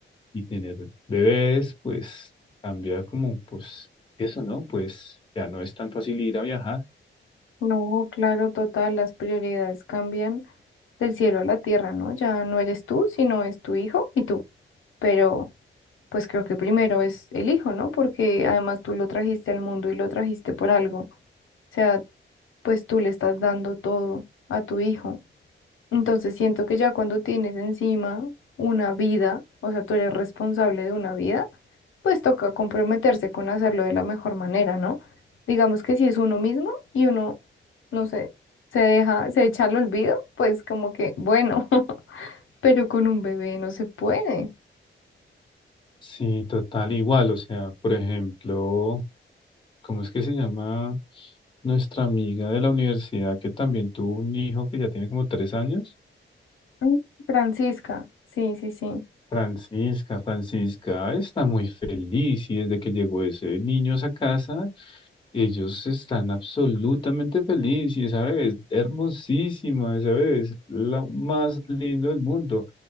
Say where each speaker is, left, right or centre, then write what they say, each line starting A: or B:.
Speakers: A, on the left; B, on the left.
A: y tener bebés, pues cambia como, pues eso, ¿no? Pues ya no es tan fácil ir a viajar.
B: No, claro, total, las prioridades cambian del cielo a la tierra, ¿no? Ya no eres tú, sino es tu hijo y tú. Pero pues creo que primero es el hijo, ¿no? Porque además tú lo trajiste al mundo y lo trajiste por algo. O sea, pues tú le estás dando todo a tu hijo. Entonces siento que ya cuando tienes encima una vida, o sea, tú eres responsable de una vida, pues toca comprometerse con hacerlo de la mejor manera, ¿no? Digamos que si es uno mismo y uno, no sé, se deja, se echa al olvido, pues como que, bueno, <laughs> pero con un bebé no se puede.
A: Sí, total, igual. O sea, por ejemplo, ¿cómo es que se llama nuestra amiga de la universidad que también tuvo un hijo que ya tiene como tres años?
B: Mm, Francisca, sí, sí, sí.
A: Francisca, Francisca está muy feliz y desde que llegó ese niño a esa casa, ellos están absolutamente felices y esa bebé es hermosísima, esa bebé es la más linda del mundo.